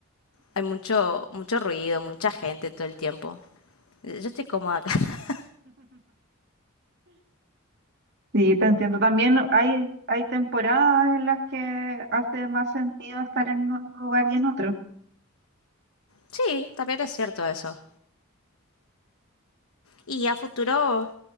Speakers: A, on the left; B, on the right.
A: Hay mucho, mucho ruido, mucha gente todo el tiempo. Yo estoy cómoda acá. <laughs>
B: Sí, te entiendo. También hay, hay temporadas en las que hace más sentido estar en un lugar y en otro.
A: Sí, también es cierto eso. ¿Y a futuro